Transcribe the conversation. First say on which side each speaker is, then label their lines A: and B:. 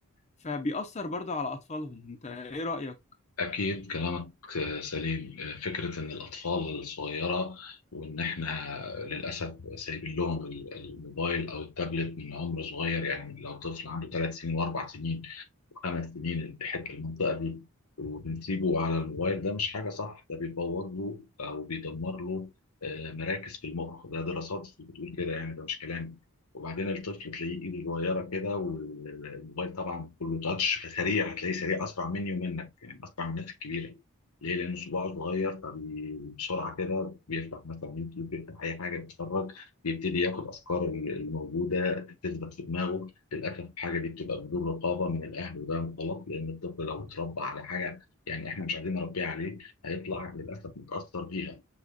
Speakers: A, on the left; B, on the left.
A: فبيأثر برضه على أطفالهم أنت إيه رأيك؟
B: أكيد كلامك سليم فكرة إن الأطفال الصغيرة وإن إحنا للأسف سايبين لهم الموبايل أو التابلت من عمر صغير يعني لو طفل عنده ثلاث سنين وأربع سنين خمس سنين الاتحاد المنطقة دي وبنسيبه على الموبايل ده مش حاجة صح ده بيبوظ له أو بيدمر له آه، مراكز في المخ ده دراسات بتقول كده يعني ده مش كلامي وبعدين الطفل تلاقيه ايده صغيرة كده والموبايل طبعا كله تاتش فسريع هتلاقيه سريع أسرع مني ومنك يعني أسرع من الناس الكبيرة ليه؟ لأن صباعه صغير فبسرعة كده بيفتح مثلا يوتيوب بيفتح أي حاجة بيتفرج بيبتدي ياخد أفكار اللي موجودة تثبت في دماغه للاسف الحاجه دي بتبقى بدون رقابه من الاهل وده غلط لان الطفل لو اتربى على حاجه يعني احنا مش عايزين نربيه عليه هيطلع للاسف متاثر بيها